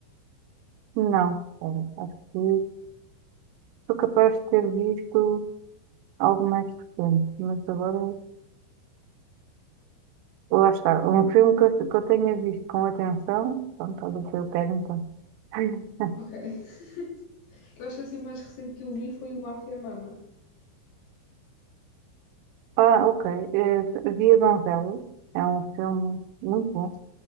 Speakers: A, on the right; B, on the left.
A: Não, espera, acho que sou capaz de ter visto algo mais recente, mas agora. Lá está. Um filme que eu, que eu tenha visto com atenção. Pronto, olha o que eu pego então. <laughs>
B: Ok. <laughs> Eu acho que assim o mais recente que eu vi foi o Mafia Mama.
A: Ah, ok. Eh, Via Donzelas. É um filme muito bom.